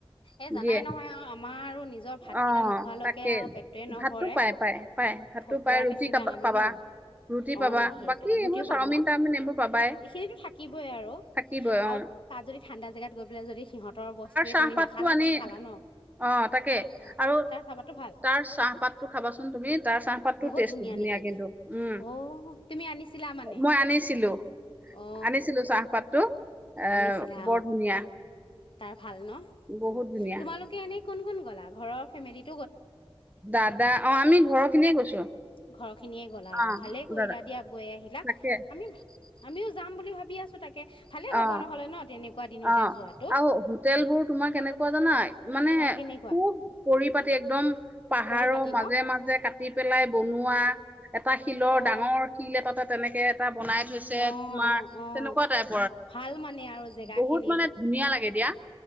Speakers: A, on the left (about 60°); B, on the right (about 15°).
A: এই জানাই
B: দিয়ে
A: নহয় আৰু আমাৰ নিজৰ ভাতকেইটা
B: অ
A: নোখোৱালৈকে
B: তাকে
A: আৰু পেটটোৱে নভৰে
B: ভাতটো পাই পাই পাই ভাতটো
A: ফতুৱা
B: পাই ৰুটি
A: নিচিনা
B: কাবা-
A: আমি
B: পাবা
A: ন
B: ৰুটি
A: অ
B: পাবা
A: সেইটোয়ে
B: বাকী
A: ৰুটিও
B: এইবোৰ
A: পাম
B: চাওমিন
A: ন
B: তাওমিন এইবোৰ পাবাই
A: এইখিনিটো থাকিবই আৰু
B: থাকিবই
A: আৰু
B: অ
A: তাত যদি ঠাণ্ডা জেগা তাত গৈ পেলাই যদি সিহঁতৰ বস্তুৱে
B: চাহপাততটো
A: তুমি নাখালা
B: আনি
A: কি খালা ন
B: অ তাকে
A: অ
B: আৰু
A: তাৰ চাহপাতো ভাল
B: তাৰ চাহপাতটো খাবাচোন তুমি? তাৰ চাহপাতটো
A: বহুত
B: টেষ্ট ধুনীয়া
A: নেকি
B: কিন্তু উম
A: অ তুমি আনিছিলা মানে
B: মই আনিছিলো
A: অ
B: আনিছিলো চাহপাতটো এে
A: আনিছিলা
B: বৰ
A: অ
B: ধুনীয়া
A: তাৰ ভাল ন
B: বহুত
A: উ
B: ধুনীয়া
A: তোমালোকে এনে কোন কোন গ'লা ঘৰৰ ফেমিলিত।
B: দাদা অ আমি ঘৰৰ খিনিয়ে গৈছো
A: ঘৰ খিনিয়ে গলা আৰু
B: অ
A: ভালেই কৰিলা
B: দাদা
A: দিয়া গৈ আহিলা
B: তাকে
A: আমি আমিও যাম বুলি ভাবি আছো তাকে ভালে হ'ব
B: অ
A: নহ'লে ন তেনেকুৱা দিনতে
B: অ
A: যোৱাটো
B: আৰু হোটেলবোৰ তোমাৰ কেনেকুৱা জানা মানে
A: অ কেনেকুৱা
B: খুব পৰিপাতি একদম পাহাৰৰ
A: পৰিপাতি
B: মাজে
A: ন
B: মাজে কাটি। কাটি পেলাই বনোৱা এটা শিলৰ
A: অ
B: ডাঙৰ শিল এ তাতে তেনেকে এটা বনাই থৈছে
A: অ অ
B: তোমাৰ
A: অ
B: তেনেকুৱা টাইপ
A: ভাল মানে আৰু জেগা
B: বহুত
A: খিনি
B: মানে ধুনীয়া লাগে দিয়া